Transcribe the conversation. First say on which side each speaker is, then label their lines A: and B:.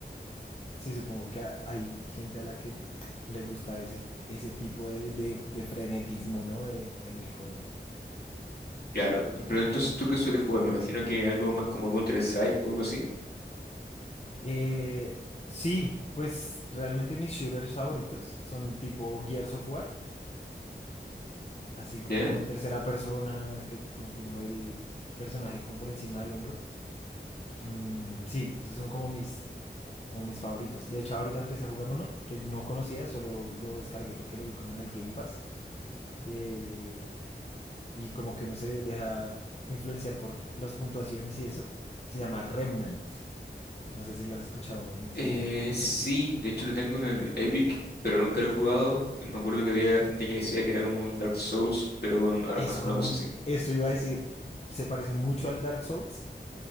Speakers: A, on the left (about 35°); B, on the left (about 60°).
A: Sí, supongo que ha- hay gente a la que le gusta ese, ese tipo de, de- de frenetismo, ¿no? De- en el juego.
B: claro. Pero entonces, ¿tú qué sueles jugar? Me imagino que algo más como Counter-Strike o algo así.
A: Eh, sí, pues realmente mis shooters favoritos son tipo Gears of War, así
B: ¿Ya?
A: como en tercera persona, que como que uno ve el personaje como por encima del hombro. Mm, sí, esos son como mis, como mis favoritos. De hecho, ahorita empecé a jugar uno que no conocía, solo lo descargué porque lo vi como en el Game Pass. eh, y como que uno se deja influenciar por las puntuaciones y eso, se llama Remnant. No sé si lo has escuchado mencionar.
B: Eh, sí, de hecho lo tengo en el Epic, pero nunca lo he jugado. Me acuerdo que había gente que decía que era como un Dark Souls, pero con armas,
A: Es como
B: una cosa
A: un,
B: así.
A: esto iba a decir, se parece mucho al Dark Souls,